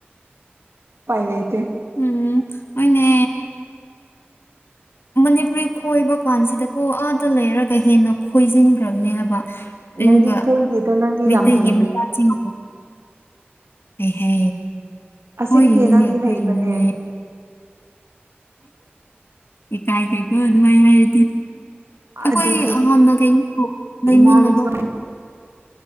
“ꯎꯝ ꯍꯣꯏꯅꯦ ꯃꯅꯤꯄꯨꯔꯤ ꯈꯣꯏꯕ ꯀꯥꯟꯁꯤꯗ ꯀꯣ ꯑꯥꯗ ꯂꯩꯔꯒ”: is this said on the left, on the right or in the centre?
Left